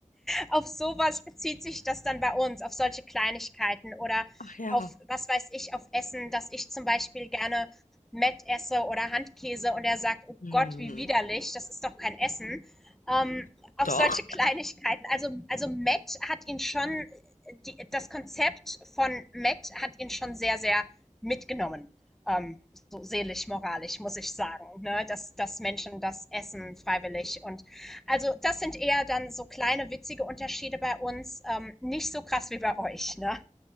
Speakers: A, in the centre; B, on the left.
A: auf sowas bezieht sich das dann bei uns, auf solche Kleinigkeiten oder
B: Ach ja.
A: auf, was weiß ich, auf Essen, dass ich zum Beispiel gerne Mett esse oder Handkäse und er sagt, oh
B: Hm,
A: Gott, wie widerlich, das ist doch kein Essen. Ähm, auf
B: doch.
A: solche Kleinigkeiten. Also, also Matt hat ihn schon, die, das Konzept von Matt hat ihn schon sehr, sehr mitgenommen. Ähm, so seelisch, moralisch, muss ich sagen, ne? dass, dass Menschen das essen freiwillig und also das sind eher dann so kleine witzige Unterschiede bei uns, ähm, nicht so krass wie bei euch, ne?